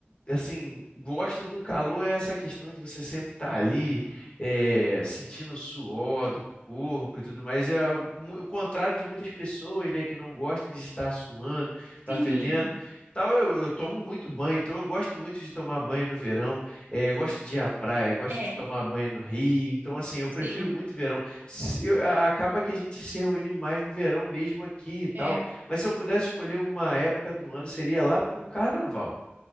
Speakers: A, on the left; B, on the right.
A: assim gosto do calor é essa questão de você sempre estar ali, é, sentindo o suor do corpo e tudo mais. É o mu- o contrário de muitas pessoas, né, que não gostam de estar suando, estar
B: Sim,
A: fedendo. Tal, eu, eu tomo muito banho, então eu gosto muito de tomar banho no verão. É, gosto de ir à praia, gosto
B: é,
A: de tomar banho no Rio. Então, assim, eu prefiro
B: sim,
A: muito verão. Se eu- a- acaba que a gente se reúne mais no verão mesmo aqui e tal.
B: é.
A: Mas se eu pudesse escolher uma época do ano, seria lá pro carnaval.